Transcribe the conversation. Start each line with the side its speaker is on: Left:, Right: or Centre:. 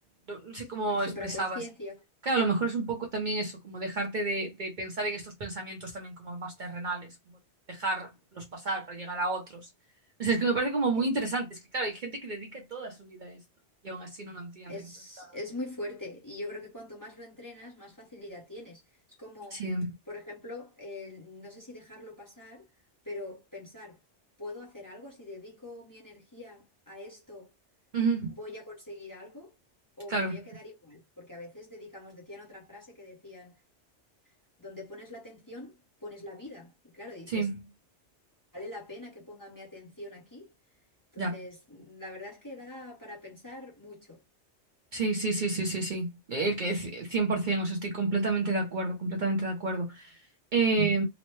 Right: no, no sé cómo
Left: la supraconsciencia.
Right: expresabas. Claro, a lo
Left: Mm,
Right: mejor es un poco también eso, como dejarte de, de pensar en estos pensamientos también como más terrenales, como dejarlos pasar para llegar a otros. O sea, es que me parece como muy
Left: sí.
Right: interesante. Es que, claro, hay gente que dedica toda su vida a esto y aún así no lo entiende.
Left: Es,
Right: Entonces, claro.
Left: es muy fuerte y yo creo que cuanto más lo entrenas, más facilidad tienes. Es como,
Right: Sí.
Left: por ejemplo, eh, no sé si dejarlo pasar, pero pensar, ¿puedo hacer algo? Si dedico mi energía a esto,
Right: Ujú.
Left: ¿voy a conseguir algo o
Right: Claro.
Left: me voy a quedar igual? Porque a veces dedicamos, decían otra frase que decían, donde pones la atención, pones la vida. Y claro, dices,
Right: Sí.
Left: ¿vale la pena que ponga mi atención aquí? Entonces,
Right: Ya.
Left: la verdad es que da para pensar mucho.
Right: Sí, sí, sí, sí, sí, sí. Eh, que c- 100%, o sea, estoy completamente de acuerdo, completamente de acuerdo. Eh,